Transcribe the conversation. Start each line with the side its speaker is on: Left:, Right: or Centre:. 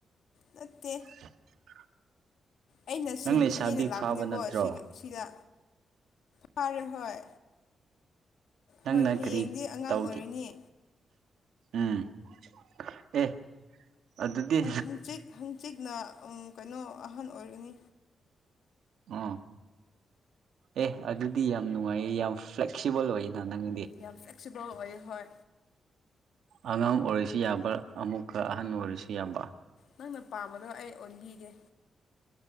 Left: ꯅꯠꯇꯦ
Right: <inaudible>
Left: ꯑꯩꯅ
Right: ꯅꯪ
Left: ꯁꯦꯝꯈꯤꯒꯦꯅ
Right: ꯂꯩꯁꯥꯕꯤ
Left: ꯂꯥꯛꯄꯅꯦꯀꯣ
Right: ꯐꯥꯕ ꯅꯠꯇ꯭ꯔꯣ
Left: ꯁꯤ ꯁꯤꯗ ꯐꯔꯦ ꯍꯣꯏ
Right: ꯅꯪꯅ
Left: ꯍꯣꯏ ꯍꯌꯦꯡꯗꯤ
Right: ꯀꯔꯤ
Left: ꯑꯉꯥꯡ
Right: ꯇꯧꯒꯦ
Left: ꯑꯣꯏꯔꯅꯤꯌꯦ
Right: ꯎꯝ ꯑꯦ ꯑꯗꯨꯗꯤ
Left: ꯍꯪꯆꯤꯛ ꯍꯪꯆꯤꯛꯅ ꯀꯩꯅꯣ ꯑꯍꯟ ꯑꯣꯏꯔꯤꯅꯤ
Right: ꯑꯣ ꯑꯦ ꯑꯗꯨꯗꯤ ꯌꯥꯝ ꯅꯨꯡꯉꯥꯏꯌꯦ ꯌꯥꯝ ꯐ꯭ꯂꯦꯛꯁꯤꯕꯜ ꯑꯣꯏꯌꯦꯅ ꯅꯪ
Left: ꯌꯥꯝ ꯐ꯭ꯂꯦꯛꯁꯤꯕꯜ ꯑꯣꯏ ꯍꯣꯏ
Right: ꯑꯉꯥꯡ ꯑꯣꯏꯔꯤꯁꯤ ꯌꯥꯕ꯭ꯔꯥ ꯑꯃꯨꯛꯀ ꯑꯍꯟ ꯑꯣꯏꯔꯤꯁꯤ ꯌꯥꯕ꯭ꯔꯥ
Left: ꯅꯪꯅ ꯄꯥꯝꯕꯗꯣ ꯑꯩ ꯑꯣꯟꯕꯤꯒꯦ